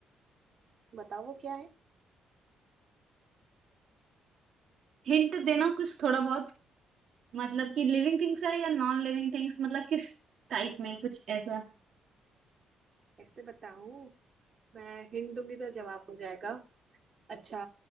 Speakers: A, on the right; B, on the right.
A: बताओ वो क्या है
B: हिंट देना कुछ थोड़ा बहुत मतलब कि लिविंग थिंग्स है या नॉन लिविंग थिंग्स मतलब किस टाइप में कुछ ऐसा
A: ऐसे बताऊं मैं हिंट दूंगी तो जवाब हो जाएगा अच्छा